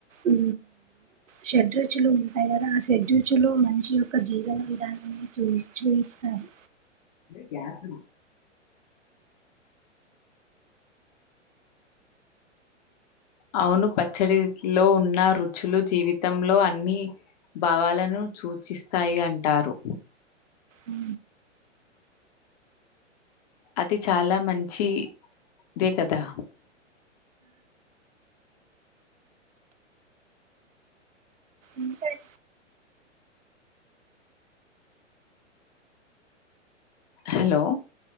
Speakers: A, on the right; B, on the left.
A: ఉ షెడ్ రుచులు ఉంటాయి కదా ఆ షేడ్ చూచులో మనిషి యొక్క జీవన విధానాన్ని చూ చూయిస్తారు
B: గ్యాసు అవును పచ్చడిలో ఉన్న రుచులు జీవితంలో అన్ని భావాలను సూచిస్తాయి అంటారు
A: ఉ
B: అది చాలా మంచి ఇదే కదా
A: ఉంటాయి
B: హలో